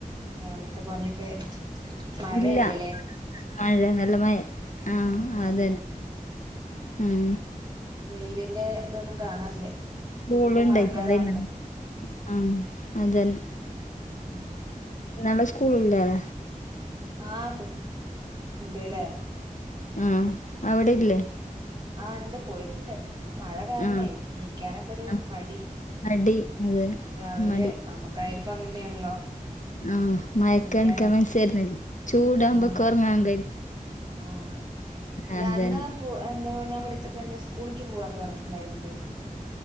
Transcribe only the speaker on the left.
ഇല്ല മഴ നല്ല മഴ ആഹ്
അതന്നെ. ഉം.
സ്കൂളുണ്ടായിട്ടല്ലേ
ഇന്ന് ആഹ് അതന്നെ.
നാളെ സ്കൂള്ലാല്ലെ.
ആഹ്. അവിടെ
ഇല്ലേ
ആഹ്
ആഹ്
മടി അതെ
മടി
ആഹ മയക്കണിക്കാൻ
മനസയിരുന്നില്ലേ ചൂടാവുമ്പോ
കൊറങ്ങാനൊന്നും.
അതന്നെ